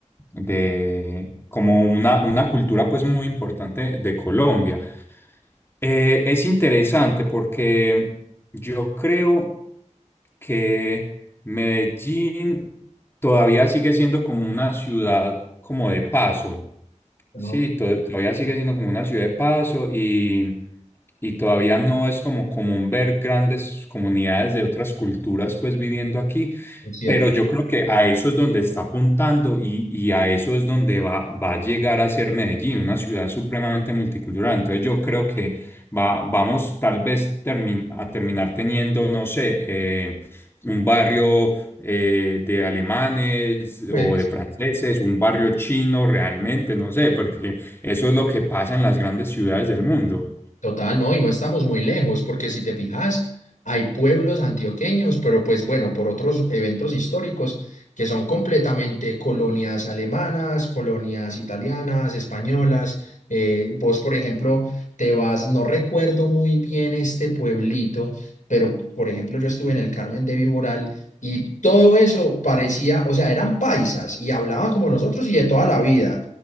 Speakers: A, on the left; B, on the left.
A: de como una, una cultura, pues, muy importante de Colombia. Eh, es interesante porque yo creo que Medellín todavía sigue siendo como una ciudad como de paso.
B: No,
A: Sí,
B: que
A: to- todavía sigue siendo como una ciudad de paso y, y todavía no es como común ver grandes comunidades de otras culturas pues viviendo aquí,
B: es cierto.
A: pero yo creo que a eso es donde está apuntando y, y a eso es donde va, va a llegar a ser Medellín, una ciudad supremamente multicultural. Entonces yo creo que va, vamos tal vez termin- a terminar teniendo, no sé, eh, un barrio eh, de alemanes
B: Pues,
A: o de franceses, un barrio chino realmente, no sé, porque eso es lo que pasa en las grandes ciudades del mundo.
B: Total, no, y no estamos muy lejos, porque si te fijas, hay pueblos antioqueños, pero pues bueno, por otros eventos históricos que son completamente colonias alemanas, colonias italianas, españolas. Eh, vos, por ejemplo, te vas, no recuerdo muy bien este pueblito, pero por ejemplo, yo estuve en el Carmen de Viboral y todo eso parecía, o sea, eran paisas y hablaban como nosotros y de toda la vida,